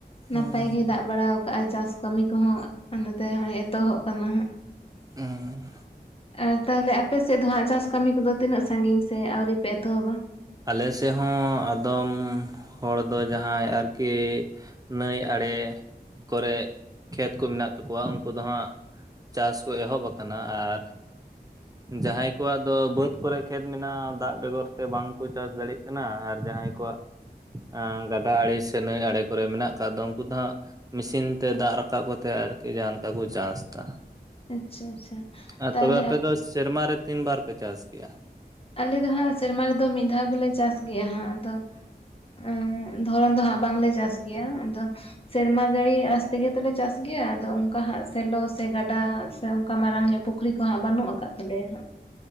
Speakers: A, on the right; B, on the left.
A: ᱦᱩᱸ
B: ᱱᱟᱯᱟᱭ ᱜᱮᱭ ᱫᱟᱜ ᱵᱟᱲᱟᱣ ᱟᱠᱟᱜ-ᱟᱭ ᱪᱟᱥ ᱠᱟᱹᱢᱤ ᱠᱚᱦᱚᱸ ᱚᱱᱟᱛᱮ ᱮᱛᱚᱦᱚᱵ ᱠᱟᱱᱟ ᱦᱟᱸᱜ᱾
A: ᱚᱸᱻ
B: ᱟᱨ ᱛᱟᱦᱚᱞᱮ ᱟᱯᱮ ᱥᱮᱫ ᱫᱚ ᱦᱟᱸᱜ ᱪᱟᱥ ᱠᱟᱹᱢᱤ ᱠᱚᱫᱚ ᱛᱤᱱᱟᱹᱜ ᱥᱟᱺᱜᱤᱧ ᱥᱮ ᱟᱹᱣᱨᱤ ᱯᱮ ᱮᱛᱚᱦᱚᱵᱟ?
A: ᱟᱞᱮ ᱥᱮᱫ ᱦᱚᱸ ᱟᱫᱚᱢ ᱦᱚᱲ ᱫᱚ ᱡᱟᱦᱟᱸᱭ ᱟᱨᱠᱤ ᱱᱟᱹᱭ ᱟᱲᱮ ᱠᱚᱨᱮᱜ ᱠᱷᱮᱛ ᱠᱚ ᱢᱮᱱᱟᱜ ᱛᱟᱠᱚᱣᱟ ᱩᱝᱠᱩ ᱫᱚ ᱦᱟᱸᱜ ᱪᱟᱥ ᱠᱚ ᱮᱦᱚᱵ ᱟᱠᱟᱱᱟ ᱟᱨ ᱡᱟᱦᱟᱸᱭ ᱠᱚᱣᱟᱜ ᱫᱚ ᱵᱟᱹᱫᱽ ᱠᱚᱨᱮᱜ ᱠᱷᱮᱛ ᱢᱮᱱᱟᱜ-ᱟ, ᱫᱟᱜ ᱵᱮᱜᱚᱨ ᱛᱮ ᱵᱟᱝᱠᱚ ᱪᱟᱥ ᱫᱟᱲᱮᱜ ᱠᱟᱱᱟ ᱟᱨ ᱡᱟᱦᱟᱸᱭ ᱠᱚᱣᱟᱜ ᱟᱸ ᱜᱟᱰᱟ ᱟᱲᱮ ᱥᱮ ᱱᱟᱹᱭ ᱟᱲᱮ ᱠᱚᱨᱮ ᱢᱮᱱᱟᱜ ᱟᱠᱟᱫ ᱫᱚ ᱩᱜᱠᱩ ᱫᱚ ᱦᱟᱸᱜ ᱢᱤᱥᱤᱱ ᱛᱮ ᱫᱟᱜ ᱨᱟᱠᱟᱵ ᱠᱟᱛᱮ ᱟᱨᱠᱤ ᱡᱟᱦᱟᱸ ᱞᱮᱠᱟ ᱠᱚ ᱪᱟᱥ ᱫᱟ᱾
B: ᱟᱪᱪᱷᱟ ᱟᱪᱪᱷᱟ
A: ᱟᱨ
B: ᱛᱟᱦᱚᱞᱮ
A: ᱛᱚᱵᱮ ᱟᱯᱮ ᱫᱚ ᱥᱮᱨᱢᱟ ᱨᱮ ᱛᱤᱱ ᱵᱟᱨ ᱯᱮ ᱪᱟᱥ ᱜᱮᱭᱟ?
B: ᱟᱞᱮ ᱫᱚ ᱦᱟᱸᱜ ᱥᱮᱨᱢᱟ ᱨᱮᱫᱚ ᱢᱤᱫ ᱫᱷᱟᱣ ᱜᱮᱞᱮ ᱪᱟᱥ ᱜᱮᱭᱟ ᱦᱟᱸᱜ ᱟᱫᱚ ᱮᱸ ᱫᱷᱚᱨᱚᱱ ᱫᱚ ᱦᱟᱸᱜ ᱵᱟᱝᱞᱮ ᱪᱟᱥ ᱜᱮᱭᱟ ᱟᱫᱚ ᱥᱮᱨᱢᱟ ᱡᱟᱹᱲᱤ ᱟᱥ ᱛᱮᱜᱮ ᱛᱚᱞᱮ ᱪᱟᱥ ᱜᱮᱭᱟ᱾ ᱟᱫᱚ ᱚᱝᱠᱟ ᱦᱟᱸᱜ ᱥᱮᱞᱚ ᱥᱮ ᱜᱟᱰᱟ ᱥᱮ ᱚᱝᱠᱟ ᱢᱟᱨᱟᱝ ᱧᱚᱜ ᱯᱩᱠᱷᱨᱤ ᱠᱚ ᱦᱟᱸᱜ ᱵᱟᱹᱱᱩᱜ ᱟᱠᱟᱫ ᱛᱟᱞᱮᱭᱟ ᱦᱟᱸᱜ᱾